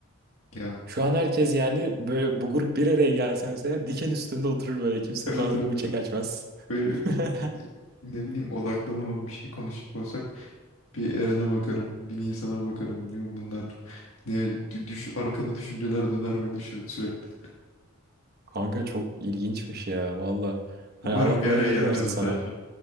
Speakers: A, on the left (about 85°); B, on the right (about 50°).
A: Ya
B: Şu an herkes yani böyle bu grup bir araya gelse mesela diken üstünde oturur böyle kimsenin
A: evet
B: ağzını
A: evet.
B: bıçak açmaz.
A: Böyle
B: <laughs>
A: ne bileyim odaklanamam bir şey konuşacak olsak bir Eren'e bakarım, bir Nisan'a bakarım diyorum bunlar. Ne, düş, arkada düşünceler döner böyle şu, sürekli.
B: Kanka çok ilginçmiş ya valla. Hani
A: Umarım
B: Allah kolaylık
A: bir araya gelmez
B: versin sana.
A: bu tayfa.